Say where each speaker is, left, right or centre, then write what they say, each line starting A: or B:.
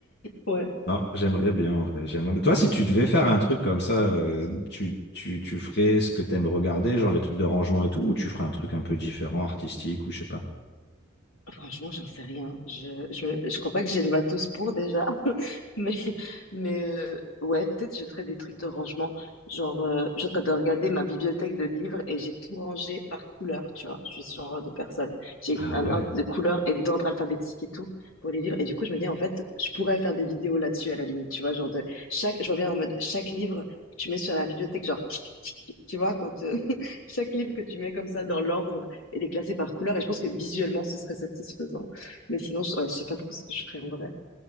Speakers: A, on the left; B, on the left.
A: Ouais.
B: Non, j'aimerais bien en vrai. J'aimerais... mais Toi, si tu devais faire un truc comme ça, euh, tu, tu, tu ferais ce que t'aimes regarder, genre les trucs de rangement et tout, ou tu ferais un truc un peu différent, artistique ou je sais pas?
A: Franchement, j'en sais rien. Je, je, je crois pas que j'ai le matos pour déjà. <laughs> Mais, mais euh, ouais, peut-être je ferai des trucs de rangement. Genre, euh, je suis en train de regarder ma bibliothèque de livres et j'ai tout rangé par couleur, tu vois. Je suis ce genre de personne. J'ai
B: Ah
A: un
B: ouais,
A: ordre de couleur et d'ordre alphabétique et tout pour les livres. Et du coup, je me dis, en fait, je pourrais faire des vidéos là-dessus à la limite, tu vois. Genre, de chaque, je vois bien en mode chaque livre que tu mets sur la bibliothèque, genre, tic, tic, tic, tu vois, quand euh, <laughs> chaque livre que tu mets comme ça dans l'ordre et les classer par couleur. Et je pense que visuellement, ce serait satisfaisant. Mais sinon, je, ouais, je sais pas trop ce que je ferais en vrai.